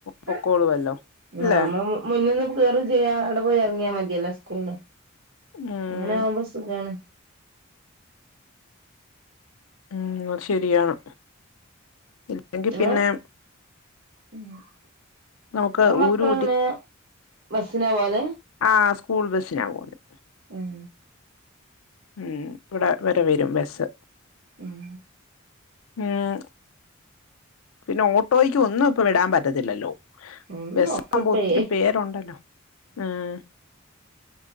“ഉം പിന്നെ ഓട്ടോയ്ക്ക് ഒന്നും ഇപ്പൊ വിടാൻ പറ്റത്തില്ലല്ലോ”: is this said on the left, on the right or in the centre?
Left